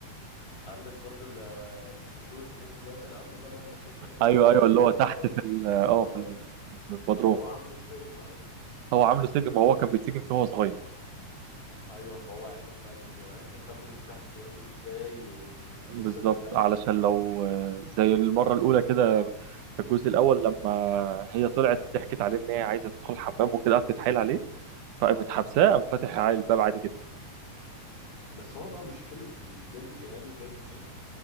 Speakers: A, on the left; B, on the right.
A: عندك برضو ال- الصندوق الازاز اللي هو كان عامله ده اللي هو المفروض بيحفظ
B: ايوه
A: الكتب
B: ايوه اللي
A: المهمه
B: هو تحت في ال- اه
A: اه
B: في ال- في البدروم
A: هو عامله سجن اصلا
B: هو عامله سجن ما هو كان بيتسجن فيه وهو صغير
A: ايوه فهو عرف بقى اللي فيه وعرف يخبي مفتاح احتياطي ازاي والقصه
B: بالظبط
A: دي فاهم
B: علشان لو آه، زي المرة الأولى كده في الجزء الأول لما هي طلعت ضحكت عليه إن هي عايزة تدخل الحمام وكده قعدت تتحايل عليه فقامت حبساه قام فاتح عليه الباب عادي جدا
A: بس هو بقى مشكله البنت يعني بيج دي